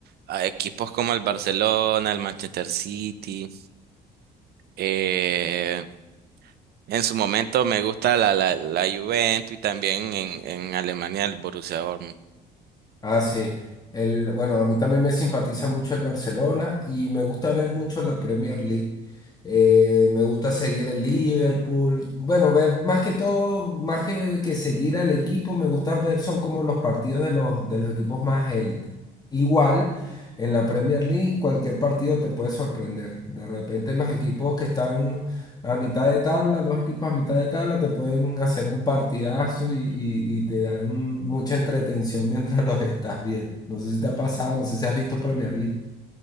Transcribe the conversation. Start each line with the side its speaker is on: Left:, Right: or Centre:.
Right: a equipos como el Barcelona, el Manchester City. Eh, En su momento me gusta la, la, la Juventus y también en, en Alemania el Borussia Dortmund.
Left: Ah, sí. El, bueno, a mí también me simpatiza mucho el Barcelona y me gusta ver mucho la Premier League. Eh, me gusta seguir el Liverpool. Bueno, ver más que todo, más que, que seguir al equipo, me gusta ver son como los partidos de los, de los equipos más élite. Igual, en la Premier League, cualquier partido te puede sorprender. De repente los equipos que están a mitad de tabla, dos equipos a mitad de tabla te pueden hacer un partidazo y, y- y te dan mucha entretención <laughs> mientras los estás viendo. No sé si te ha pasado, no sé si has visto Premier League.